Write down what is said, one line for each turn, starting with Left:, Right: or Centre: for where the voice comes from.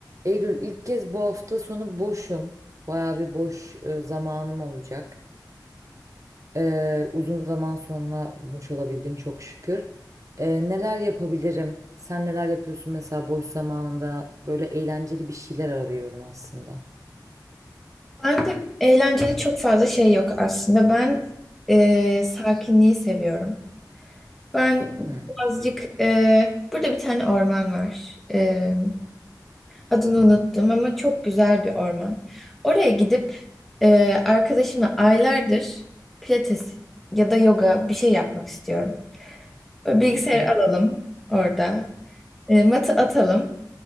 Right: Eylül ilk kez bu hafta sonu boşum. Bayağı bir boş e, zamanım olacak. Ee, uzun zaman sonra boş olabildim çok şükür. Ee, neler yapabilirim? Sen neler yapıyorsun mesela boş zamanında? Böyle eğlenceli bir şeyler arıyorum aslında.
Centre: Ben de eğlenceli çok fazla şey yok aslında. Ben e, sakinliği seviyorum. Ben
Right: Hmm.
Centre: birazcık e, burada bir tane orman var. E, adını unuttum ama çok güzel bir orman. Oraya gidip e, arkadaşımla aylardır pilates ya da yoga bir şey yapmak istiyorum. Böyle bilgisayarı
Right: Hı hı.
Centre: alalım orada. E, matı atalım.